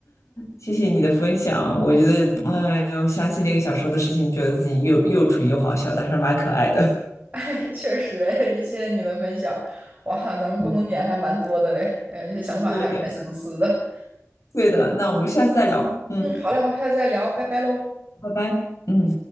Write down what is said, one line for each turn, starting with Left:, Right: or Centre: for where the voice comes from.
Left: 谢谢你的分享。我觉得，哎呦，想起那个小时候的事情，觉得自己又又蠢又好笑，但是蛮可爱的。<laughs>
Right: <laughs> 确实，哎，也谢谢你的分享。哇，咱们共同点还蛮多的嘞，
Left: 嗯，
Right: 还有一些想法还蛮相似的。
Left: 对，对的。那我们下次再聊。嗯，
Right: 嗯，好嘞，好，下次再聊，拜拜喽。
Left: 拜拜。嗯。